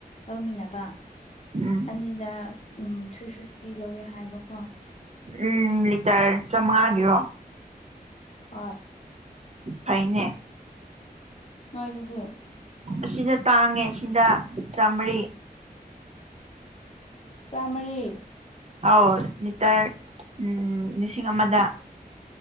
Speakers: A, on the left (about 45°); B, on the right (about 45°).
A: ꯂꯧꯃꯤꯟꯅꯕ
B: ꯎꯝ
A: ꯑꯅꯤꯗꯥ ꯎꯝ ꯊ꯭ꯔꯤ ꯐꯤꯐꯇꯤ ꯂꯧꯋꯦ ꯍꯥꯏꯕꯀꯣ
B: ꯎꯝ ꯂꯤꯇꯔ ꯆꯥꯃꯉꯥꯒꯤꯔꯣ
A: ꯍꯣꯏ
B: ꯐꯥꯏꯅꯦ
A: ꯅꯣꯏꯗꯥꯗꯤ
B: ꯑꯁꯤꯗ ꯇꯥꯡꯉꯦ ꯁꯤꯗ ꯆꯥꯃꯔꯤ
A: ꯆꯥꯝꯃꯔꯤ
B: ꯑꯧ ꯂꯤꯇꯔ ꯎꯝ ꯂꯤꯁꯤꯡ ꯑꯃꯥꯗ